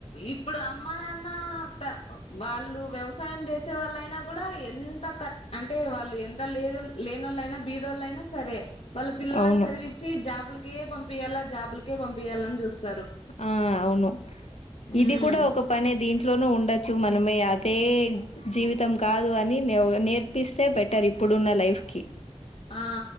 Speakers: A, on the left; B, on the left.
A: ఇప్పుడ్ అమ్మ నాన్న త వాళ్ళు వ్యవసాయం జేసేవాళ్ళైనా కూడా ఎంత కట్ అంటే వాళ్ళు ఎంత లేదు అన్ లేనోలైనా బీదోళ్లైనా స సరే వాళ్ళు పిల్లలన్
B: అవును
A: చదివించి జాబులకే పంపియాలా జాబులకే పంపియాలన్ చూస్త
B: ఆ అవును
A: ఉమ్
B: ఇది కూడా ఒక పనే దీం లోనూ ఉండచ్చు మనమే అదే జీవితం కాదు అని నేర్-నేర్పిస్ తె బెటర్ ఇప్పుడున్న లైఫ్ కి
A: ఆ